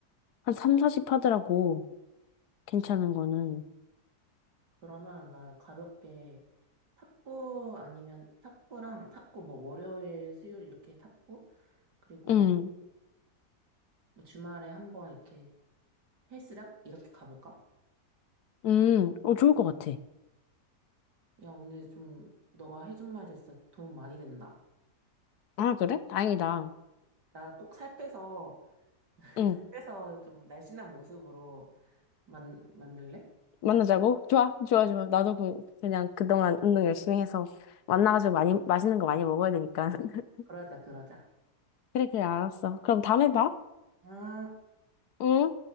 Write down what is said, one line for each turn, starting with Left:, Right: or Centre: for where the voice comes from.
Left: 한 3, 40 하더라고. 괜찮은 거는.
Right: 그러면 나 가볍게 탁구 아니면 탁구랑 탁구 뭐 월요일, 수요일 이렇게 탁구? 그리고
Left: 응,
Right: 뭐 주말에 한번 이렇게 헬스장? 이렇게 가볼까?
Left: 응, 어, 좋을 것 같아.
Right: 야, 오늘 좀 너가 해준 말들 진짜 도움 많이 된다.
Left: 아, 그래? 다행이다.
Right: 나 꼭 살 빼서, <laughs>
Left: 응,
Right: 살 빼서 좀 날씬한 모습으로 만, 만들래?
Left: 만나자고? 좋아, 좋아, 좋아. 나도 그, 그냥 그동안 운동 열심히 해서 만나가지고 많이, 맛있는 거 많이 먹어야 되니까. <laughs>
Right: 그러자, 그러자.
Left: 그래, 그래, 알았어. 그럼 다음에 봐.
Right: 아.
Left: 응?